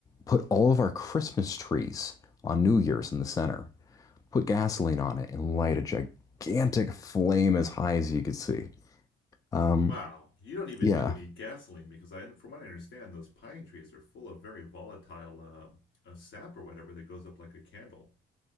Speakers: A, on the left (about 15°); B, on the left (about 70°).
A: put all of our Christmas trees on New Year's in the center. Put gasoline on it and light a gigantic flame as high as you could see. Um,
B: Wow. You don't even
A: yeah,
B: really need gasoline because I, from what I understand, those pine trees are full of very volatile uh, uh, sap or whatever that goes up like a candle.